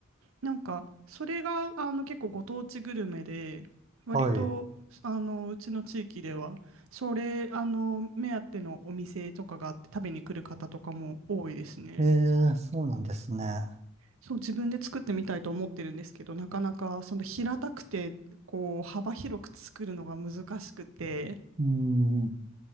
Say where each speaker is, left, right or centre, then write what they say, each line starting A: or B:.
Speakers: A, on the right; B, on the right.
A: なんか、それが、あの、結構ご当地グルメで、割と、
B: はい。
A: あの、うちの地域では、それ、あの、目当てのお店とかがあって、食べに来る方とかも多いですね。
B: えー、そうなんですね。
A: そう、自分で作ってみたいと思ってるんですけど、なかなか、その平たくて、こう、幅広く作るのが難しくて、
B: うん。